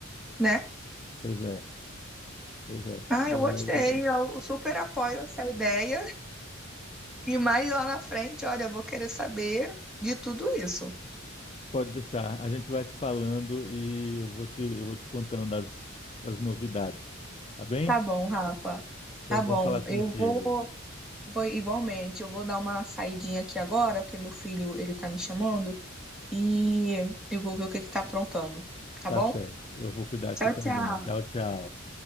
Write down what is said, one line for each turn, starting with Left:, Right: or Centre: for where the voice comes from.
Centre: né?
Left: pois é, pois é.
Centre: Ah,
Left: E
Centre: eu gostei.
Left: aí
Centre: Eu super apoio essa ideia. E mais lá na frente, olha, eu vou querer saber de tudo isso.
Left: Pode deixar. A gente vai se falando e eu vou te, eu vou te contando das, das novidades. Tá bem?
Centre: Tá bom, Rafa.
Left: Foi
Centre: Tá
Left: bom
Centre: bom.
Left: falar contigo.
Centre: Eu vou, vou igualmente, eu vou dar uma saidinha aqui agora, porque meu filho, ele tá me chamando, e eu vou ver o que que tá aprontando. Tá
Left: Tá
Centre: bom?
Left: certo. Eu vou cuidar aqui
Centre: Tchau,
Left: também.
Centre: tchau.
Left: Tchau, tchau.